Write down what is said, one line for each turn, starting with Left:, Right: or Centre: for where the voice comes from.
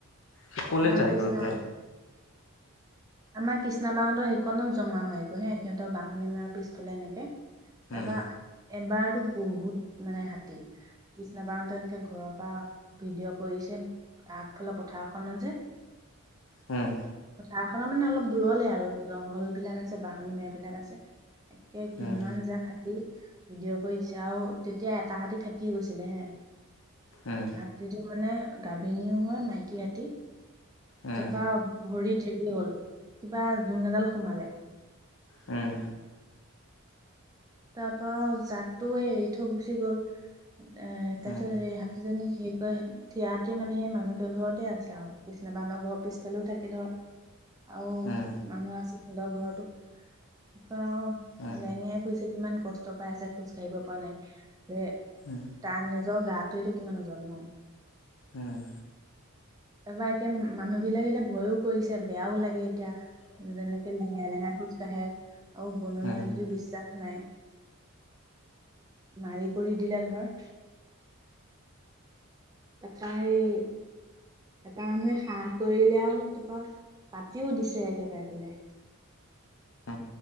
Left: সি কলৈ
Right: আমাৰ
Left: যায়
Right: কৃষ্ণা
Left: গৈ সেয়া।
Right: আমাৰ কৃষ্ণা বাহনতৰ সেইখনত জমা হৈ গৈ হে সিহঁতৰ বাহনি মৰাৰ পিছফালে এনেকে। তা
Left: উম,
Right: পা বাৰতো বহুত মানে হাতী বিছনা বাৰতা এনেকে ঘৰৰ পা ভিডিঅ' কৰিছে। আগফালে পথাৰখনত যে
Left: হম।
Right: চাহখনৰ মানে অলপ দূৰলে আৰু জংঘলবিলাক আছে বাহনী মেৰা বিলাক আছে। একে কিমান
Left: উম,
Right: জাক হাতি। ভিডিঅ কৰি দিছে আও তেতিয়া এটা হাতী থাকি গৈছিলে হে,
Left: উম,
Right: হাতীতো মানে গাভিনীও হয় মাইকী হাতি
Left: উম,
Right: তা পা ভৰিত থেৰি হ'ল কিবা জোং এডাল সোমালে।
Left: উম।
Right: তা পা জাকটোয়ে এৰি থৈ গুচি গ'ল এ তাৰ
Left: উম,
Right: পিছত হে হাত তিজনী স কয় থিয়তি মানে সেই মানুহকে ঘৰতে আছে আও। ননেবা বৌ ঘৰ পিছালও থাকে ধৰ। আৰু
Left: উম,
Right: মানুহ আছিল সিনতৰ ঘৰতো তপাও
Left: উম,
Right: লেঙীয়াই ফুৰিছে ইমান কষ্ট পাই আছে খোজ কাঢ়িব পৰা নাই যে
Left: উম,
Right: তাৰ নি নিজৰ গাটো এইটো কিমান ওজন ন।
Left: হুম।
Right: তাৰপৰা একে মানুহ বিলাক এতিয়া ভয়ও কৰিছে বেয়াও লাগে। এতিয়া যেনেকে লেঙেৰাই লেঙেৰাই খোজ কাঢ়ে। আৰু বনৰীয়া
Left: উম।
Right: হাতীৰ বিশ্বাস নাই। মাৰি কৰি দিলে ধৰ তাৰ পা হেই এটা মানুহে সাহ কৰিলে আৰু তাৰপা পাতিও দিছে একেবাৰে বোলে।
Left: অ'।